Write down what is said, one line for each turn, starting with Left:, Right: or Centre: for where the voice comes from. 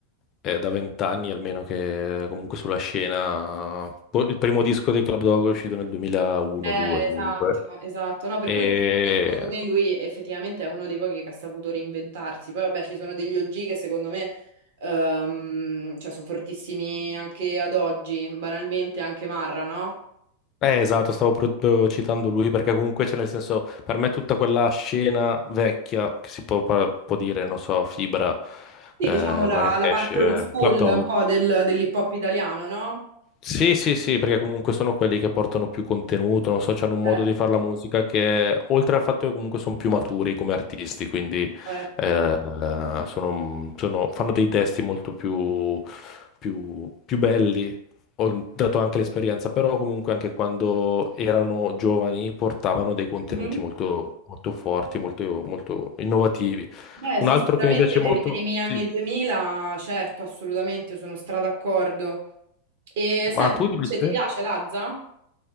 Left: è da vent'anni almeno che comunque sulla scena... boh, Il primo disco dei Club Dog è uscito nel 2001-2
Right: Eh,
Left: comunque.
Right: esatto, esatto. No, per
Left: E...
Right: quello ti dico che secondo me lui effettivamente è uno dei pochi che ha saputo reinventarsi. Poi vabbè, ci sono degli OG che secondo me ehm, cioè, sono fortissimi anche ad oggi, banalmente anche Marra, no?
Left: Eh, esatto, stavo proprio citando lui perché comunque c'è nel senso, per me tutta quella scena vecchia, che si può, par- può dire, non so, Fibra,
Right: Sì,
Left: eh,
Right: diciamo la,
Left: Marracash,
Right: la parte
Left: eh,
Right: old school
Left: Club Dog.
Right: un po' del, dell'hip hop italiano, no?
Left: Sì, sì, sì, perché comunque sono quelli che portano più contenuto, non so, hanno un modo
Right: Certo,
Left: di fare la musica che, oltre al fatto che comunque sono più maturi come artisti, quindi
Right: certo.
Left: eh, eh, sono- sono- fanno dei testi molto più, più- più belli, ho dato anche l'esperienza, però comunque anche quando erano giovani portavano dei contenuti
Right: Mhm.
Left: molto, molto forti, molto, molto innovativi.
Right: Beh,
Left: Un
Right: sì,
Left: altro
Right: sicuramente
Left: che mi piace
Right: per
Left: molto...
Right: i primi anni
Left: Sì.
Right: 2000, certo, assolutamente, sono stra d'accordo. E senti,
Left: Ma tu
Right: invece
Left: invece?
Right: ti piace Lazza?